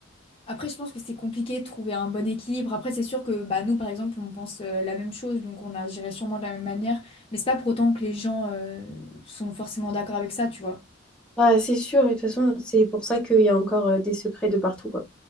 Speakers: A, on the left; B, in the centre.
A: après, je pense que c'est compliqué de trouver un bon équilibre. Après, c'est sûr que bah, nous, par exemple, on pense euh, la même chose, donc on agirait sûrement de la même manière. Mais c'est pas pour autant que les gens euh, sont forcément d'accord avec ça, tu vois.
B: Bah, c'est sûr, et de toute façon, c'est pour ça qu'il y a encore euh, des secrets de partout, quoi.